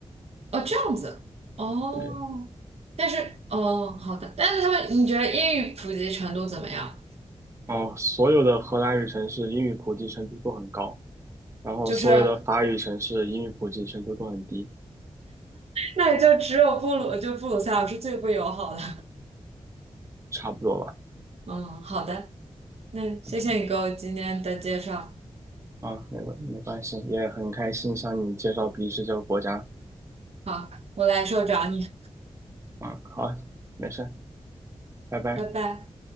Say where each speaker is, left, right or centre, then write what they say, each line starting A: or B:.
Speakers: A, on the right; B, on the right.
A: 哦，这样子。哦，
B: 对。
A: 但是哦，好的，但是他们，你觉得英语普及程度怎么样？
B: 哦，所有的荷兰语城市英语普及程度都很高，然后所有的法语城市英语普及程度都很低，
A: 就是 <laughs> 那也就只有布鲁，就布鲁塞尔是最不友好的。
B: 差不多吧。
A: <laughs> 嗯，好的，那谢谢你给我今天的介绍。
B: OK，啊，没问没关系，也很开心向你介绍比利时这个国家。
A: 好，我来受找你，
B: 嗯，好，没事，拜拜。
A: 拜拜。